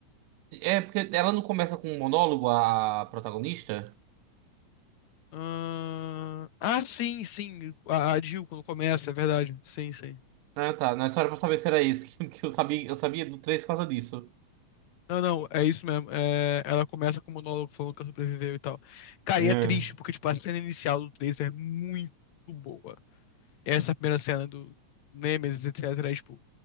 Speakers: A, on the right (about 85°); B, on the left (about 65°).
A: É porque ela não começa com um monólogo, a protagonista?
B: Ahn, Ah, sim, sim. A, a Jill, quando começa, é verdade. Sim, sim.
A: Ah, tá. Não é só era pra saber se era esse. <laughs> Que, que eu sabia, eu sabia do 3 por causa disso.
B: Não, não, é isso mesmo. É, ela começa com o monólogo falando que ela sobreviveu e tal. Cara,
A: É.
B: e é triste, porque, tipo, a cena inicial do 3 é muito boa. Essa primeira cena do Nemesis, etc. É, tipo,